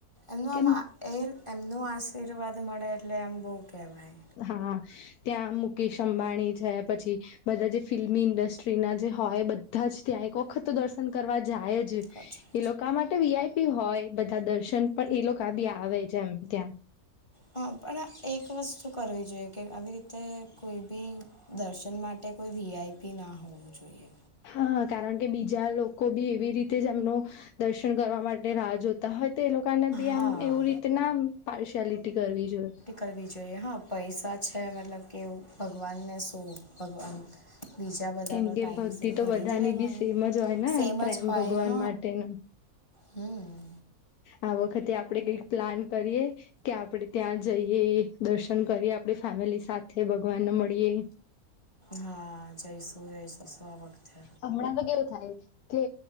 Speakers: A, on the left; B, on the left.
A: એમનું આમાં
B: કેમ
A: એ એમનું આશીર્વાદ મળે એટલે આમ બહુ કહેવાય.
B: હા, ત્યાં મુકેશ અંબાણી છે પછી બધા જે ફિલ્મી ઇન્ડસ્ટ્રીના જે હોય બધા જ ત્યાં એક વખત તો દર્શન કરવા જાય જ
A: કચ્ છે.
B: એ લોકા માટે વીઆઈપી હોય બધા દર્શન પણ એ લોકા બી આવે જ એમ ત્યા
A: હા પણ એક વસ્તુ કરવી જોઈએ કે આવી રીતે કોઈ બી દર્શન માટે કોઈ વીઆઈપી ના હોવું જોઈએ.
B: હા કારણ કે બીજા લોકો બી એવી રીતે જે એમનું દર્શન કરવા માટે રાહ જોતા હોય તો એ લોકોને બી
A: હા
B: આમ એવું રીતે ના પાર્શિયાલિટી કરવી જોઈએ.
A: કરવી જોઈએ, હા પૈસા છે મતલબ કેવું ભગવાન ને શું આમ ભગવાન બીજા બધાનો
B: કેમ કે
A: ટાઈમ
B: ભક્તિ
A: શું ખરીદી
B: તો બધાની
A: લેવાનો,
B: બી સેમ જ હોય ને
A: સેમ
B: પ્રેમ
A: જ હોય
B: ભગવાન
A: હ
B: માટેનો
A: હમ્મ
B: આ વખતે આપણે કઈક પ્લાન કરીએ. કે આપણેે ત્યાં જઈએ દર્શન કરીએ આપણી ફેમિલી સાથે ભગવાનને મળીએ.
A: હા જયસુ જયસુ આ વખતે.
B: હમણા તો કેવું થાય કે